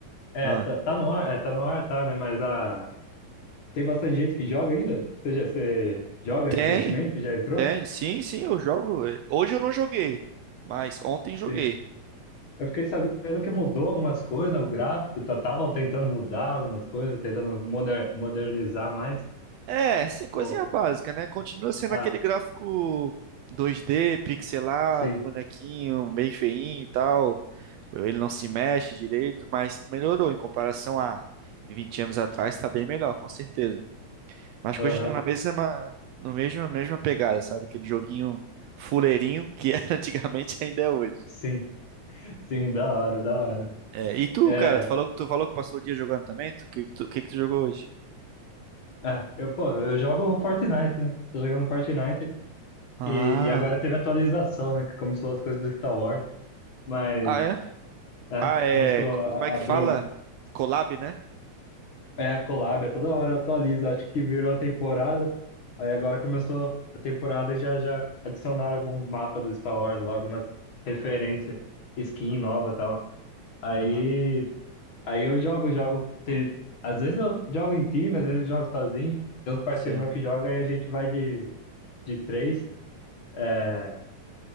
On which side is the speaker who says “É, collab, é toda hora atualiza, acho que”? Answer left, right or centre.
Left